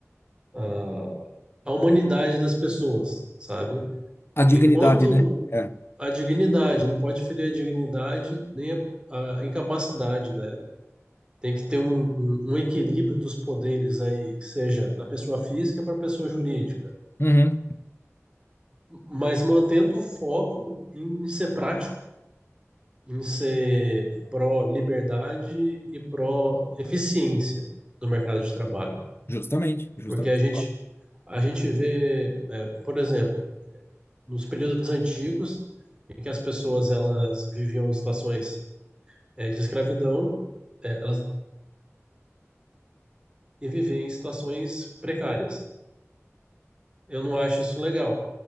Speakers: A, on the right (about 20°); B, on the left (about 50°).
A: a a humanidade das pessoas, sabe?
B: A dignidade,
A: Enquanto
B: né? É.
A: a dignidade, não pode ferir a dignidade nem a, a incapacidade, né? Tem que ter um, um, um equilíbrio dos poderes aí, que seja da pessoa física para a pessoa jurídica,
B: Uhum.
A: mas mantendo o foco em ser prático, em ser pró-liberdade e pró-eficiência do mercado de trabalho.
B: Justamente, justamente.
A: Porque a gente, a gente vê, é, por exemplo, nos períodos antigos, em que as pessoas elas viviam situações é, de escravidão é, elas, e viver em situações precárias. Eu não acho isso legal.